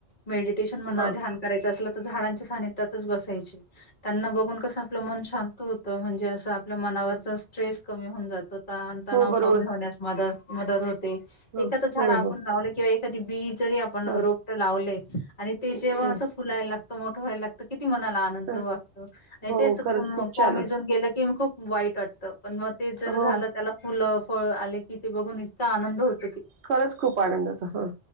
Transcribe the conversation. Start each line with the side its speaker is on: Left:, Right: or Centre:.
Left: मेडिटेशन म्हणा
Right: हा
Left: ध्यान करायचं असल त झाडांच्या सान्निध्यात तच बसायचे त्यांना बघून कस आपलं मन शांत होत. त. म्हणजे असं आपल्या मनावरचा स्ट्रेस कमी होऊन जात होतं आणि तणाव
Right: हो बरोबर
Left: कमी होण्यास मदत होते
Right: ह
Left: एखाद झाड
Right: हो
Left: आपण
Right: हो
Left: लावले किंवा एखादी बी जरी आपण
Right: ह
Left: रोपट लावले आणि ते जेव्हा
Right: हो
Left: अस फुलायला लागतं मोठं व्हायला लागत कि ती मनाला आनंद
Right: ह
Left: वाटतो आणि
Right: हो
Left: तेच
Right: खरंच
Left: कोम
Right: खूप
Left: कोमेजून
Right: छान
Left: गेलं की खूप वाईट वाटतं. पण म ते जर
Right: हो
Left: झालं त्याला फुलं फळ आले. की ते बघून इतका आनंद होत
Right: खरंच खूप आनंद होतो. हं